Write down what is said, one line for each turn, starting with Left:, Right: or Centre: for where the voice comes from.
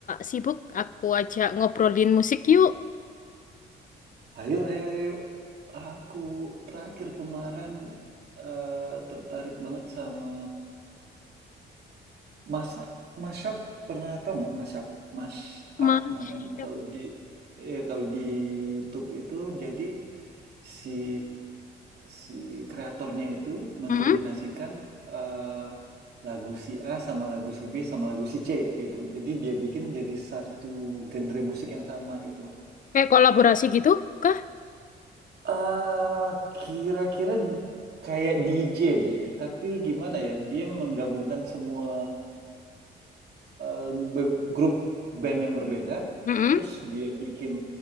Left: sibuk, aku ajak ngobrolin musik yuk.
Right: Ayo, ayo, ayo. Aku terakhir kemarin eh, tertarik banget sama masa mashup. Pernah tau nggak mashup? Mashup
Left: Masya.
Right: namanya. Kalau di, ya kalau di YouTube itu jadi si si kreatornya itu mengkombinasikan
Left: Mm-mm.
Right: eh, lagu si A sama lagu si B sama lagu si C gitu. Jadi dia bikin jadi satu genre musik yang sama gitu.
Left: Kayak kolaborasi gitu kah?
Right: Eee, kira-kira kayak DJ deh, tapi gimana ya, dia menggabungkan semua, eee, be grup band yang berbeda,
Left: Mm-mm.
Right: terus dia bikin